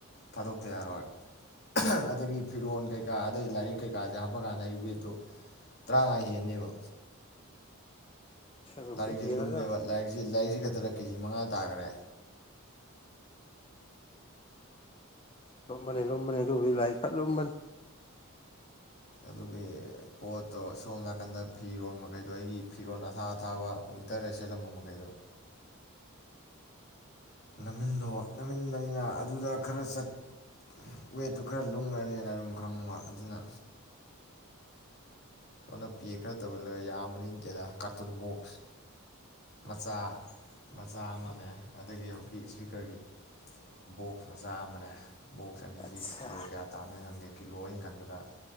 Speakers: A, on the left; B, on the left.
A: ꯊꯥꯗꯣꯛꯇ ꯌꯥꯔꯣꯏ ꯑꯗꯒꯤ ꯐꯤꯔꯣꯟꯜ ꯀꯩꯀꯥ ꯑꯗꯩ ꯂꯥꯏꯔꯤꯛ ꯀꯩꯀꯥꯁꯦ ꯍꯥꯞꯄ ꯀꯥꯟꯗ ꯑꯩ ꯋꯦꯠꯇꯣ ꯇꯔꯥꯃꯉꯥ ꯍꯦꯟꯅꯦꯕ
B: ꯑꯗꯨꯕꯨꯗꯤ
A: ꯂꯥꯏꯔꯤꯛꯁꯤ
B: ꯍꯦꯜꯂꯗꯕꯅꯤ
A: ꯂꯨꯝꯃꯦꯕ ꯂꯥꯏꯔꯤꯛꯁꯤ ꯂꯥꯏꯔꯤꯛꯁꯤ ꯈꯛꯇꯗ ꯀꯦꯖꯤ ꯃꯉꯥ ꯇꯥꯈꯔꯦ
B: ꯂꯨꯝꯕꯅꯦ ꯂꯨꯝꯕꯅꯦ ꯑꯗꯨꯕꯨꯗꯤ ꯂꯥꯏꯔꯤꯛ ꯐꯖꯅꯥ ꯂꯨꯝꯕꯅꯤ
A: ꯑꯗꯨꯒꯤ ꯄꯣꯠꯇꯣ ꯁꯣꯝ ꯅꯥꯀꯟꯗ ꯐꯤꯔꯣꯜ ꯃꯈꯩꯗꯣ ꯑꯩꯒꯤ ꯐꯤꯔꯣꯜ ꯑꯊꯥ ꯑꯊꯥꯕ ꯋꯤꯟꯇꯔꯗ ꯁꯦꯠꯂꯝꯕ ꯃꯈꯩꯗꯣ ꯅꯝꯃꯤꯟꯗꯣ ꯅꯝꯃꯤꯟꯕꯅꯤꯅ ꯑꯗꯨꯗ ꯈꯔ ꯆꯠ ꯋꯦꯠꯇꯨ ꯈꯔ ꯂꯨꯡꯒꯔꯥꯅꯦꯅ ꯑꯗꯨꯝ ꯈꯪꯕ ꯑꯗꯨꯅ ꯁꯣꯝꯅ ꯄꯦꯛ ꯈꯔ ꯇꯧꯖꯤꯜꯂꯒ ꯌꯥꯝꯕꯅꯤ ꯅꯠꯇꯦꯗ ꯀꯥꯔꯇꯨꯟ ꯕꯣꯛꯁ ꯃꯆꯥ ꯃꯆꯥ ꯑꯃꯅꯦ ꯑꯗꯒꯤ ꯍꯧꯖꯤꯛꯀꯤ ꯏꯁꯄꯤꯀꯔꯒꯤ ꯕꯣꯛꯁ ꯃꯆꯥ ꯑꯃꯅꯦ ꯕꯣꯛꯁ ꯑꯅꯤꯁꯤ
B: ꯑꯠꯁꯥ
A: ꯀꯤꯂꯣ ꯀꯌꯥ ꯇꯥꯅꯅꯣ ꯈꯪꯗꯦ ꯀꯤꯂꯣ ꯑꯩꯅ ꯈꯟꯕꯗ